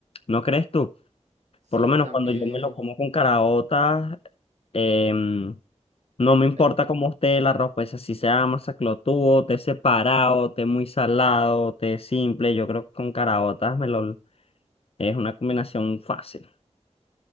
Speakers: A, on the left; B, on the right.
A: ¿No crees tú?
B: Sí,
A: Por lo menos
B: también.
A: cuando yo me lo como con caraotas, em, no me importa
B: eh,
A: cómo
B: o
A: esté la ropa, esa si sea masaclotudo, té separado, té muy salado, té simple, yo creo que con caraotas me lo, es una combinación fácil.